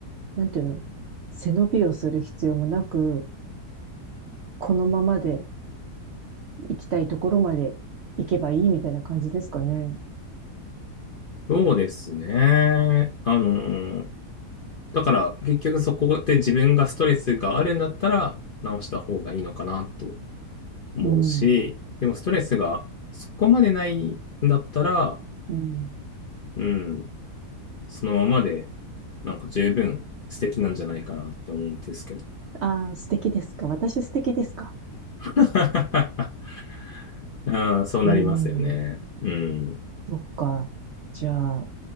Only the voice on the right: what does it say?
なんていうの、背伸びをする必要もなく、このままで行きたいところまで行けばいいみたいな感じですかね。
うん。
うん。
ああ、素敵ですか。私素敵ですか。
うん。
そっか。じゃあ、